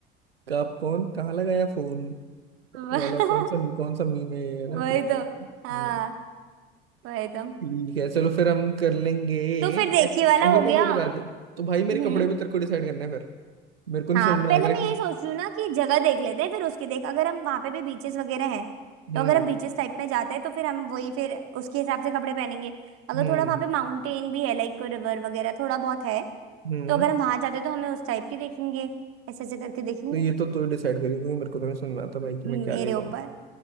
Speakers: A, on the right; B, on the right.
A: कब कौन कहाँ लगाया फोन
B: वह-
A: वाला कौन सा कौन सा मीम है ये है ना
B: वही
A: कुछ
B: तो हाँ
A: हाँ,
B: वही तो
A: ठीक है चलो फिर हम कर लेंगे
B: तो फिर देखिए
A: एक-
B: वाला
A: अब मेरे
B: हो गया
A: को ये बता दे तो भाई मेरे
B: हम्म
A: कपड़े भी तेरे को डिसाइड करना है फिर मेरे को नहीं
B: हाँ
A: समझ में
B: पहले
A: आएगा
B: मैं
A: कि
B: ये सोच रही हूँ ना कि जगह देख लेते हैं फिर उसके देख अगर हम वहां पे भी बीचेस वगैरह हैं
A: हम्म
B: तो अगर हम बीचेस टाइप में जाते हैं तो फिर हम वही फिर उसके हिसाब से कपड़े पहनेंगे अगर
A: हम्म
B: थोड़ा वहां पे माउंटेन भी है लाइक रिवर वगैरह थोड़ा बहुत है
A: हम्म
B: तो अगर हम वहां जाते हैं तो हमें उस टाइप के देखेंगे ऐसे ऐसे करके देखेंगे
A: तो ये तो तू डिसाइड करी क्योंकि मेरे को तो नहीं समझ में आता भाई
B: हम्म,
A: कि मैं क्या
B: मेरे
A: ले जाऊँ
B: ऊपर